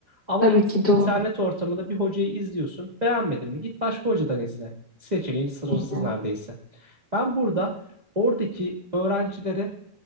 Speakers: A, on the right; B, on the left.
A: Ama
B: Tabii
A: in-
B: ki
A: internet
B: doğru.
A: ortamında bir hocayı izliyorsun. Beğenmedin mi? Git başka hocadan izle. Seçeneğin sınırsız
B: Hı
A: neredeyse. Ben burada oradaki öğrencilere